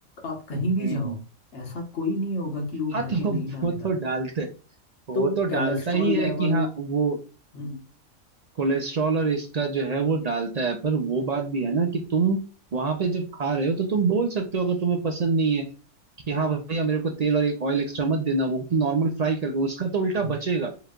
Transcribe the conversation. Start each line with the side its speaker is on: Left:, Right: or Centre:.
Left: आप कहीं भी
Right: हम्म
Left: जाओ
Right: हम्म।
Left: ऐसा कोई नहीं होगा कि वो भर
Right: हाँ तो <laughs>
Left: के नहीं डालेगा
Right: वो तो डालते वो
Left: तो वो
Right: तो
Left: कैलेस्ट्रॉल
Right: डालता ही है
Left: लेवल
Right: कि हाँ वो
Left: हम्म
Right: कोलेस्ट्रॉल और इसका जो है वो डालता है पर वो बात भी है ना कि तुम वहां पे जब खा रहे हो तो तुम बोल सकते हो अगर तुम्हें पसंद नहीं है कि हाँ भैया मेरे को तेल और एक ऑयल एक्स्ट्रा मत देना वो नॉर्मल फ्राई करके उसका तो उल्टा
Left: म-
Right: बचेगा